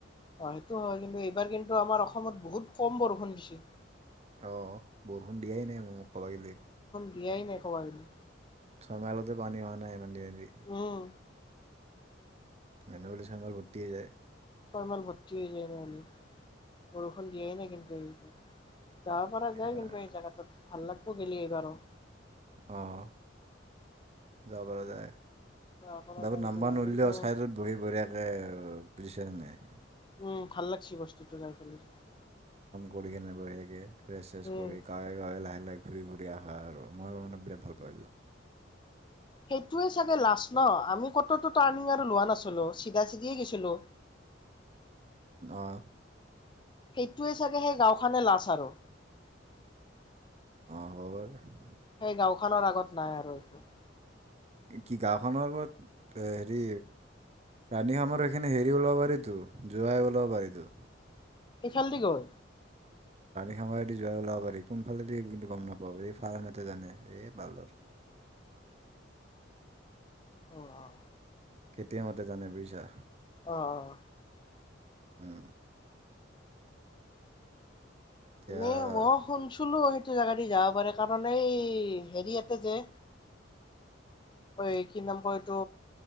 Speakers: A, on the left; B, on the right.
A: অ সেইটো হয় কিন্তু এইবাৰ কিন্তু আমাৰ অসমত বহুত কম বৰষুণ দিছে।
B: অ বৰষুণ দিয়াই নাই ম মোক ক'বাগিলি।
A: বিয়াই নাই ক'বাগিলি।
B: চতালতে পানী অহা নাই ইমান দিনে।
A: উম
B: গানডগলী চাঘাৰ ভৰ্তি যায়।
A: চয়মল ভৰ্তি হৈ যায় ন হলি বৰষুণ দিয়াই নাই কিন্তু এইবাৰ। যাব পৰা যায়
B: সেইকাৰণে-
A: কিন্তু এই জেগাটোত। ভাল লাগিব এইবাৰ গেলে আৰু।
B: আহ য বাৰ যায়।
A: যাব পৰা
B: বাবু
A: যায় এইটো
B: নাম্বাৰ
A: জেগা
B: নৰিলেেও
A: কিন্তু
B: ছাইডত বহি বঢ়িয়াকে বুইছেনে নাই।
A: উম। ভাল লাগছি বস্তুটো যাই পেলাই।
B: কৰিকেনে বঢ়িয়া কে ড্ৰেছ চেছ
A: উম
B: কৰি গাঁৱে গাঁৱে লাহে লাহে ঘূৰি ঘূৰি আহা আৰু মই মানে বিৰাট ভাল পাওঁছিলোঁ।
A: সেইটোৱে চাগে লাষ্ট ন আমি কততো টাৰ্ণিং আৰু লোৱা নাছিলো। টো চিধা চিধি দয়ে গৈছিলো।
B: অঁ
A: সেইটোৱে চাগে সেই গাওখনে লাচ আৰু।
B: অ হব পাৰে।
A: সেই গাঁওখনৰ আগত নাই আৰু একো।
B: কি গাঁওখনৰ ওৰত হেৰি ৰাণী খামৰ এইখিনি হেৰি ওলাব পাৰিতো জোৰাই ওলাব পাৰিতো।
A: এইফালদি গৈ
B: সেমাইদি যোৱাই ওলাব পাৰি কোনফালেদি কিন্তু গম নাপাওঁ এই ফাৰ্ম এটা জানে এইফালৰ
A: অ আহ।
B: কেতিয়া মতে জানে বুজিছা।
A: অ অ।
B: উম এতিয়া
A: এনে মই শুনছিলো সেই জোগা দি যাব পাৰে কাৰণ এই হেৰি ইয়াতে যে এই কি নাম ক এইটো